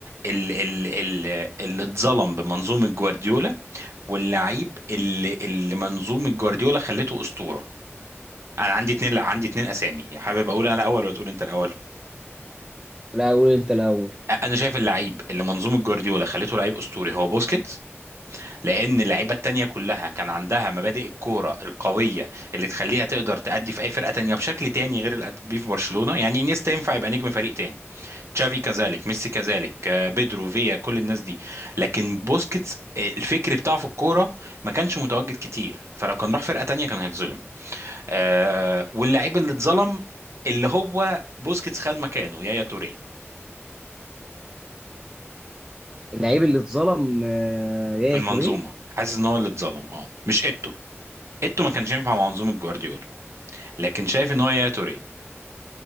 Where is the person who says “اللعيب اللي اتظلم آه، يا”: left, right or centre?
Right